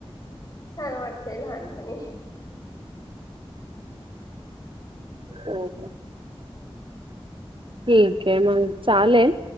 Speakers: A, on the left; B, on the right.
A: छान वाटतेय लहानपणी.
B: हो हो ठीक आहे मग चालेल